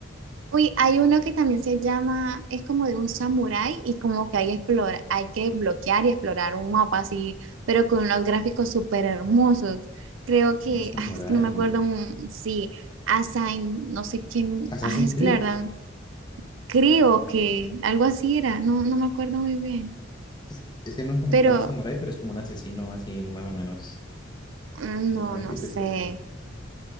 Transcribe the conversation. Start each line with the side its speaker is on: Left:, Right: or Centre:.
Right: Uy, hay uno que también se llama, es como de un samurái y como que hay, explora, hay que bloquear y explorar un mapa así, pero con unos gráficos súper hermosos. Creo que,
Left: Un samurai.
Right: ay, es que no me acuerdo, mm, sí, Assign, no sé quién,
Left: Assassin's
Right: ay, es
Left: Creed.
Right: que la verdad creo que algo así era, no, no me acuerdo muy bien,
Left: Es, es que no es como
Right: pero
Left: tan un samurái, pero es como un asesino así más o menos.
Right: mm, no,
Left: Eh,
Right: no
Left: y
Right: sé.
Left: pues, eh,